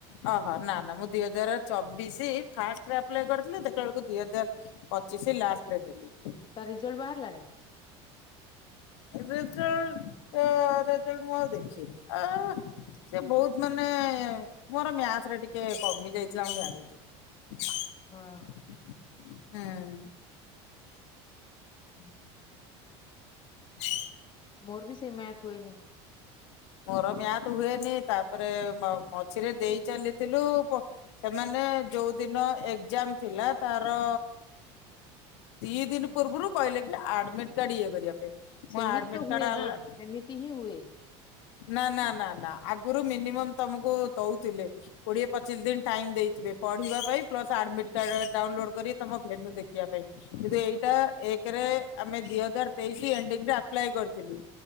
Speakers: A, on the left (about 85°); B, on the left (about 35°).
A: ଓହୋ ନା ନା ମୁଦିଆ ଦର ଚବିଶ ଫାଷ୍ଟରେପ୍ କରିଥିଲିତେ ବଳକୁ ଦିଇ ହଜାର ପଚିଶ ଲାଷ୍ଟରେ ଦେଲି।
B: ତ ରିଜଲ୍ଟ ବାହାରିଲାଣି।
A: ରେଜଲରେଜଲ ମୁଁ ଆଉ ଦେଖିନି ଆ ସେ ବହୁତ ମାନେ ମୋର ମ୍ୟାଥ ରେ ଟିକେ କମି ଯାଇ ଲ ଜଣଛି।
B: ହଁ।
A: ହୁଁ?
B: ହୁଁ ହୁଁ।
A: ଜ?
B: ମୋର ବି ସେଇ ମ୍ୟାଥ ହୁଏନି।
A: ମୋର ମିଆଁ ତ ହୁଏନି ତାପରେ ମଝିରେ ଦେଇ ଚାଲିଥିଲୁ ସେମାନେ ଯୋଉ ଦିନ ଏକ୍ଜାମ ଥିଲା ତାର ଦି ଦିନ ପୂର୍ବରୁ କହିଲେ କି ଆଡମିଟ କାର୍ଡ ଇଏ କରିବା ପାଇଁ।
B: ସେମିତି
A: ମୁଁ ଆଡମିଟ
B: ତ ହୁଏ
A: କାର୍ଡ
B: ନା ସେମିତି ହିଁ ହୁଏ।
A: ନା ନା ନା ନା ଆଗରୁ ମିନିମମ୍ ତମକୁ ଦଉଥିଲେ। କୋଡିଏ ପଚିଶ ଦିନ ଟାଇମ ଦେଇଥିବେ ପଢିବା ପାଇଁ ପ୍ଲସ୍ ଆଡମିଟ କାର୍ଡ ଡାଉନଲୋଡ କରି ତମ ଭେନୁ ଦେଖିବା ପାଇଁ। କିନ୍ତୁ ଏଇଟା ଏକରେ ଆମେ ଦି ହଜାର ତେଇଶି ଏଡିରେପ୍ କରିଥିଲୁ।